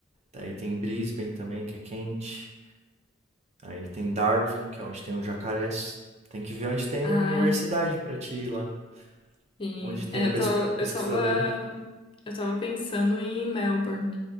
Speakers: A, on the right; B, on the left.
A: Aí tem Brisbane também, que é quente. Aí tem Darwin, que é onde tem o jacarés. Tem que ver onde tem
B: Ai,
A: a universidade pra ti ir lá.
B: sim.
A: Onde tem
B: É,
A: um
B: eu
A: pes-
B: tava,
A: pesquisador.
B: eu tava, eu tava pensando em Melbourne.